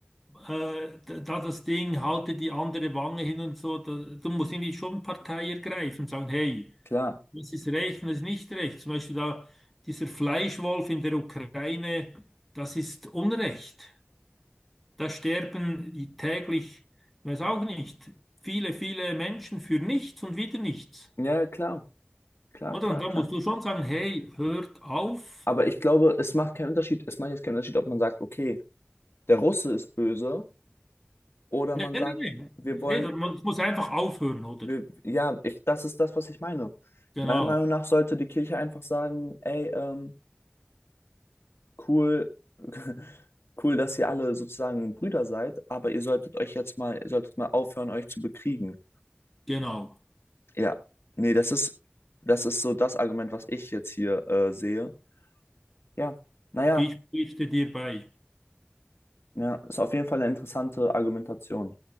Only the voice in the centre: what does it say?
äh, da das Ding, halte die andere Wange hin und so, da, du musst irgendwie schon Partei ergreifen und sagen, hey,
was ist recht und was ist nicht recht. Zum Beispiel da dieser Fleischwolf in der Ukraine, das ist Unrecht. Da sterben die täglich, ich weiß auch nicht, viele, viele Menschen für nichts und wieder nichts.
Oder?
Und da
Ja. musst du schon sagen, hey, hört auf.
Nee,
nee,
nee.
Nee,
das muss das muss einfach aufhören, oder?
Genau,
genau.
Ich pflichte dir bei.